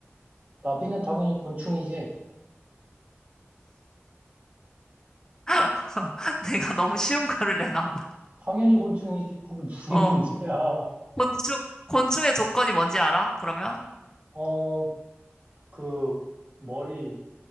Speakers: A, on the right (about 40°); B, on the left (about 15°).
A: 나비는 당연히 곤충이지.
B: <laughs> 내가 너무 쉬운 거를 내나 봐.
A: 당연히 곤충이지. 그게 무슨
B: 어,
A: <laughs> 문제야.
B: 곤충 곤충의 조건이 뭔지 알아? 그러면
A: 어, 그, 머리,